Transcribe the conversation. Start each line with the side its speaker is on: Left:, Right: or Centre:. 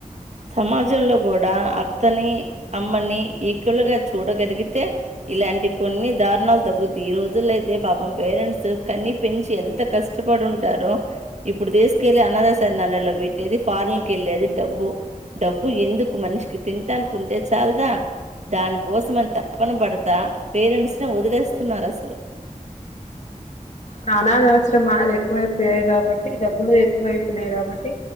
Right: సమాజంలో కూడా అత్తని అమ్మని ఈక్వల్ గా చూడగలిగితే ఇలాంటి కొన్ని దారుణాలు తగ్గుతయి, ఈ రోజుల్లో అయితే పాపం పేరెంట్స్ కనీ పెంచి ఎంత కష్టపడి ఉంటారో ఇప్పుడు తీసుకెళ్ళి అనాథాశరణాలలో పెట్టేది, ఫారన్ల కు వెళ్ళేది డబ్బు డబ్బు ఎందుకు మనిషికి తింటానుకుంటే చాలదా, దానికోసమని తపన పడతా పేరెంట్స్ ని వదిలేస్తున్నారు అసలు,
Left: నా అనాథఆశ్రమాలు ఎక్కువైపోయాయి కాబట్టి డబ్బులు ఎక్కువైపోయినాయి కాబట్టి